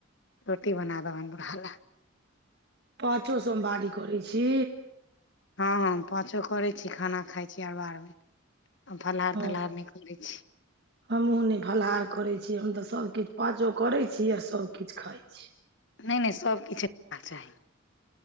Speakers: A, on the left (about 60°); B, on the right (about 55°).
A: रोटी बना देबनि बुरहा ले।
B: पाँचो सोमवारी करय छी?
A: हँ, हँ। पाँचो करय छी, खाना खाय छी अरबा- अरबैन, आ फलहार
B: हँ
A: तलहार नहि करय छी।
B: हमहुँ नहि फलहार करय छी, हम तऽ सब किछ पाँचो करय छी आ सब किछ खााय छी।
A: नहि -नहि सब किछु नै खेबाक चाही।